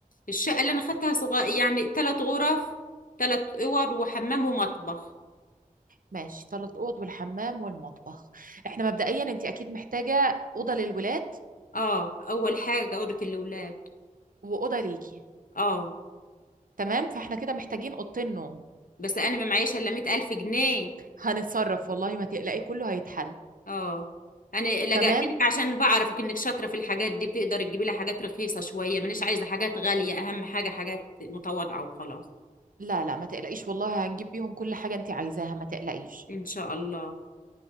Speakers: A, on the left; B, on the right.
A: الشقة اللي انا خدتها صغير يعني ثلاث غرف ثلاث اوض وحمام ومطبخ
B: ماشي ثلاث اوض والحمام والمطبخ احنا مبدئيا انت اكيد محتاجه اوضه للولاد
A: اه اول حاجة اوضة الاولاد
B: واوضه ليكي
A: اه
B: تمام فاحنا كده محتاجين اوضتين نوم
A: بس انا ما معيش الا 100000 جنيه
B: هنتصرف والله ما تقلقي كله هيتحل
A: اه انا لجأت
B: تمام
A: لك عشان بعرفك انك شاطرة في الحاجات دي بتقدري تجيبي لها حاجات رخيصة شوية مانيش عايزة حاجات غالية اهم حاجة حاجات متواضعة وخلاص
B: لا لا ما تقلقيش والله هنجيب بيهم كل حاجة انت عايزاها ما تقلقيش
A: ان شاء الله